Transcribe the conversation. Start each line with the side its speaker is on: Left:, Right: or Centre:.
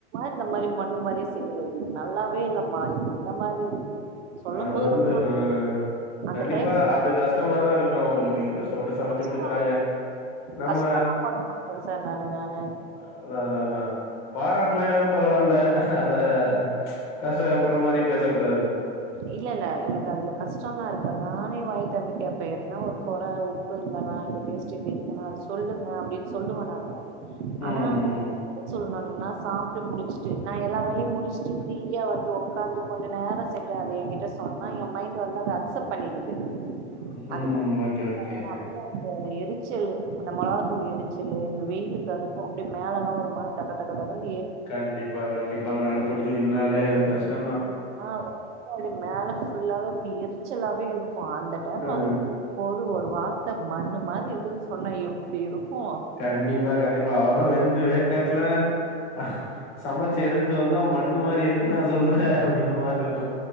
Right: இந்த மாரி மன்ன மாரியே செய்யறது நல்லாவே இல்ல இல்லம்மா என்னமா இது சொல்லும்
Left: அது
Right: போதுதா
Left: வந்து அ
Right: அந்த
Left: கண்டிப்பா
Right: டைம்ல
Left: அது கஷ்டமாதா இருக்கு அவங்களுக்கு கஷ் கஷ்டப்பட்டு சமைச்சு
Right: கஷ்ட
Left: கொடுக்குறாங்க நம்ம
Right: கஷ்டல்லா பட மாட்டே சார் நானு நானு
Left: அதா அதான் அதான் பாராட்டலனாலு பரவாயில்ல அத கஷ்டப்படு்ற மாதிரி பேசக்கூடாது
Right: இல்ல இல்ல எனக்கு அதுல கஷ்டோல்லாம் இருக்காது நானே வாய் திறந்து கேப்பேன் எதுனா ஒரு குறை இருந்தானா அந்த டேஸ்ட் எப்படி இருக்குன்னா அது சொல்லுங்க அப்படின்னு சொல்லுவே நானு ஆனா
Left: ம்
Right: எப்ப சொல்லணுகனா சாப்பிட்டு முடிச்சுட்டு நான் எல்லா வேலையு முடிச்சுட்டு ஃப்ரீயா வந்து உக்காந்து கொஞ்ச நேரோ அதை என்கிட்ட சொன்னா என் மைண்ட் வந்து அத அக்செப்ட் பண்ணிக்குது அந்த
Left: ம் ஓகே ஓகே
Right: அப்டியே அந்த எரிச்சல் அந்த மிளகாத்தூள் எரிச்சல் இந்த வெயிலுக்கு அதுக்கு அப்படியே மேல எல்லா ஒரு மாதிரி தக தகன்னு
Left: கண்டிப்பா கண்டிப்பாங்க அடுப்படில நின்னாலே அது கஷ்டம்தா
Right: ஆ அப்டி மேல ஃபுல்லாவே அப்படி எரிச்சலாவே இருக்கும் அந்த டைம்ல
Left: ஆ
Right: வந்து நின்னு ஒருவ மண்ணு மாதிரி இருக்குதுன்னு சொன்னா எப்படி இருக்கு
Left: கண்டிப்பா கண்டிப்பா அவன்அவ வெந்து வேக்காட்டுலா அ சமைச்சு எடுத்துட்டு வந்தா மண்ணு மாதிரி இருக்கு நா சொல்ற அப்படினா மாதிரி இருக்கு